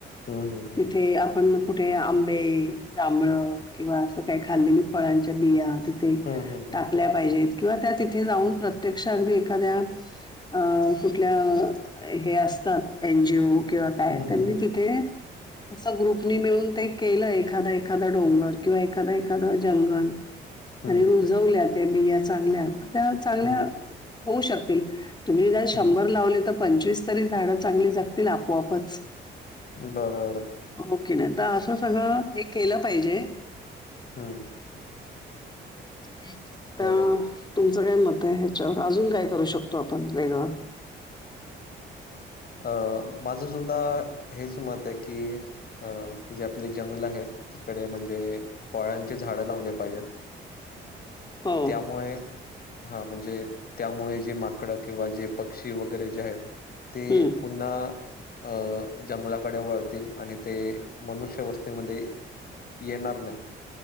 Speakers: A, on the left; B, on the left.
A: हम्म हम्म
B: तिथे
A: हम्म.
B: आपण कुठे आंबे जांभळ किंवा असं काही खाल्लेली फळांच्या बिया तथ
A: हं, हं, हं.
B: टाकल्या पाहिजेत किंवा त्या तिथे जाऊन प्रत्यक्ष अगदी एखाद्या अ कुठल्या हे असतात एनजीओ किंवा काय
A: हं,
B: त्यांनी
A: हं, हं.
B: तिथे
A: <unintelligible>
B: तस ग्रुपनी मिळून ते केलं एखादा एखादा डोंगर किंवा एखादां एखादं जंगल
A: हं,
B: आणि रुजवल्या त्या बिया चांगल्या त्या चांगल्या
A: हं,
B: होऊ शकतील तुम्ही
A: हं.
B: शंभर लावले तर पंचवीस तरी झाडं चांगली जगतील आपोआपच.
A: बरोबर.
B: ओके नाही तर असं सगळं हे केलं पाहिजे.
A: हम.
B: <unintelligible> काय
A: आहे.
B: मत आहे ह्याच्यावर अजून काय करू शकतो आपण वेगळं.
A: अ माझं सुद्धा हेच मत आहे की अ जे आपले जंगल आहेत. तिकडे म्हणजे फळांचे झाडं लावले पाहिजेत.
B: हो
A: त्यामुळे हा म्हणजे त्यामुळे जे माकडं किंवा जे पक्षी वगैरे जे आहेत ते
B: हम्म
A: पुन्हा. अं जंगलाकडे वळतील आणि ते मनुष्य वस्तीमध्ये. येणार नाही